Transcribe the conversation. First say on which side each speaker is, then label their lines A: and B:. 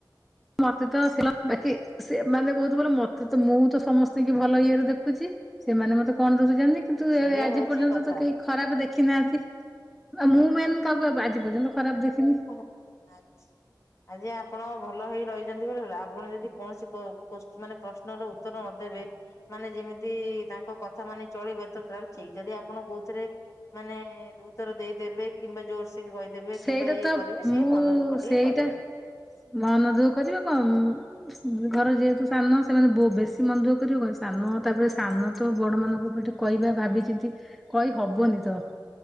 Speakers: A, in the centre; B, on the left.
A: ମତେ ତ ବାକି ସେ ମାନେ ବହୁତ ଭଲ ମତେ ତ ମୁଁ ତ ସମସ୍ତଙ୍କୁ ଭଲ ଇଏରେ ଦେଖୁଛି। ସେମାନେ ମତେ କଣ ଦେଖୁଛନ୍ତି କିନ୍ତୁ
B: ସେଇଆ
A: ଆଜି
B: ହଉଛି
A: ପର୍ଯ୍ୟନ୍ତ
B: କଥା।
A: ତ କେହି ଖରାପ ଦେଖି ନାହାନ୍ତି। ଆଉ ମୁଁ ମେନ କାହାକୁ ଆଜି ପର୍ଯ୍ୟନ୍ତ ଖରାପ ଦେଖିନି।
B: ଆଜ୍ଞା। ଆଜି ଆପଣ ଭଲ ହେଇ ରହିଛନ୍ତି ବୋଲି ଭଲ ଆପଣ ଯଦି କୌଣସି କୁ ମାନେ ପ୍ରଶ୍ନ ପ୍ରଶ୍ନର ଉତ୍ତର ନ ଦେବେ ମାନେ ଯେମିତି ତାଙ୍କ କଥା ମାନି ଚଳିବେ ତ ତାହେଲେ ଠିକ ଯଦି ଆପଣ କୋଉଥିରେ ମାନେ ଉତର ଦେଇଦେବେ କିମ୍ବା ଜୋରସେ ଟିକେ କହିଦେବେ
A: ସେଇଟା
B: କିମ୍ବା ଇଏ
A: ତ
B: କରିବେ ସିଏ
A: ମୁଁ
B: ମନ ଦୁଃଖ ଟିକେ
A: ସେଇଟା
B: କରିବେ।
A: ମନ ଦୁଃଖ କରିବ କଣ? ଘର ଯେହେତୁ ସାନ ସେମାନେ ବେଶୀ ମନଦୁଃଖ କରିବେ କହିଲ ସାନ ତାପରେ ସାନ ତ ବଡମାନଙ୍କ ଉପରେ କହିବା ଭାବିଚିନ୍ତି କହି ହବନି ତ